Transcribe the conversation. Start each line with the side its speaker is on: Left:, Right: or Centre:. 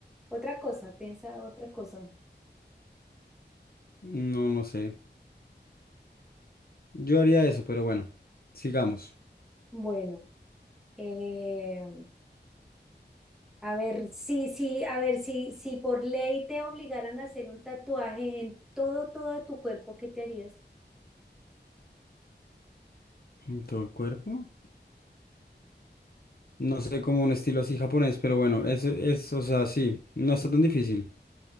Centre: Otra cosa, piensa otra cosa.
Left: no, no sé. Yo haría eso, pero bueno, sigamos.
Centre: Bueno, eh, A ver, sí, sí, a ver, si si por ley te obligaran a hacer un tatuaje en todo, todo tu cuerpo, ¿qué te harías?
Left: En todo el cuerpo. No sé, como un estilo así japonés, pero bueno, es, es, o sea, sí, no está tan difícil.